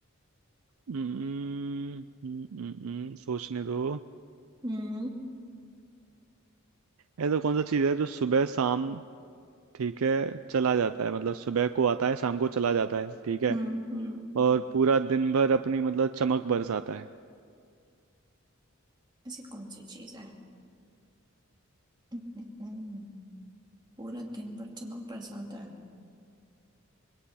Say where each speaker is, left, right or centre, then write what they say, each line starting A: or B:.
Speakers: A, on the right (about 75°); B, on the right (about 20°).
A: हम्म, हम्म, हम्म, हम्म, सोचने दो
B: हम्म
A: ऐसा कौन सा चीज है जो सुबह शाम ठीक है चला जाता है मतलब सुबह को आता है शाम को चला जाता है ठीक है
B: हम्म हम्म
A: और पूरा दिन भर अपनी मतलब चमक बरसाता है
B: ऐसी कौन सी चीज है हम्म, हम्म, हम्म। पूरा दिन भर चमक बरसाता है